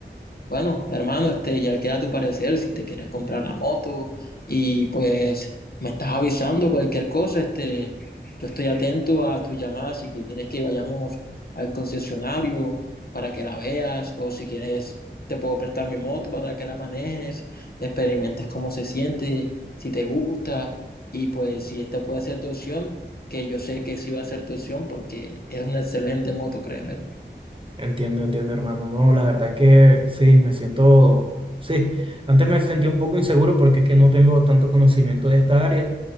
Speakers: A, on the left (about 55°); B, on the right (about 30°).
A: Bueno, hermano, este, ya queda tu parecer si te quieres comprar la moto y pues me estás avisando cualquier cosa, este, yo estoy atento a tus llamadas si quieres que vayamos al concesionario para que la veas o si quieres te puedo prestar mi moto para que la manejes, experimentes cómo se siente, si te gusta y pues si esta puede ser tu opción, que yo sé que sí va a ser tu opción porque es una excelente moto, créemelo.
B: Entiendo, entiendo, hermano. No, la verdad que sí, me siento, sí, antes me sentía un poco inseguro porque es que no tengo tanto conocimiento de esta área